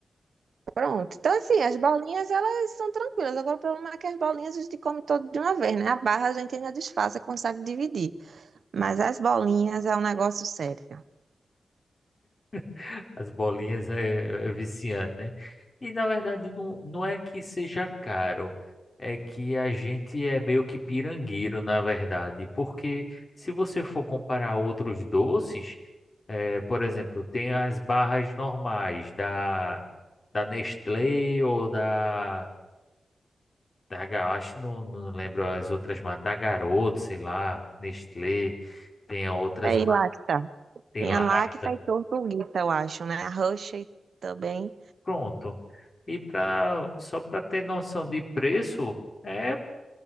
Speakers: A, on the right (about 70°); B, on the left (about 35°).
A: Pronto. Então, assim, as bolinhas, elas são tranquilas. Agora, o problema é que as bolinhas a gente come todo de uma vez, né? A barra a gente ainda desfaz, consegue dividir. Mas as bolinhas é um negócio sério.
B: <laughs> As bolinhas é, é é viciante, né? E na verdade não, não é que seja caro, é que a gente é meio que pirangueiro, na verdade, porque se você for comparar outros doces, é, por exemplo, tem as barras normais da, da Nestlé ou da, da, Ga- acho que não, não lembro as outras, mas da Garoto, sei lá, Nestlé, tem outras
A: É e Lacta.
B: tem
A: Tinha
B: lacta,
A: Lacta e Tortuguita, eu acho, né? A Hershey também.
B: pronto. E para só para ter noção de preço, é